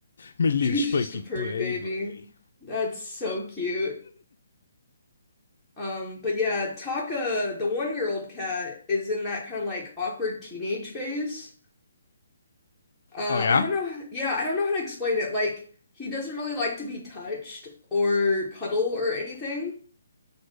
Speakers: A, on the left (about 55°); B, in the centre.
A: My little
B: she's
A: spiky
B: just a purry
A: baby.
B: baby. That's so cute. Um, but yeah, Taka, the one-year-old cat, is in that kind of like awkward teenage phase. Uh,
A: Oh yeah.
B: I don't know. Yeah, I don't know how to explain it. Like, he doesn't really like to be touched or cuddle or anything,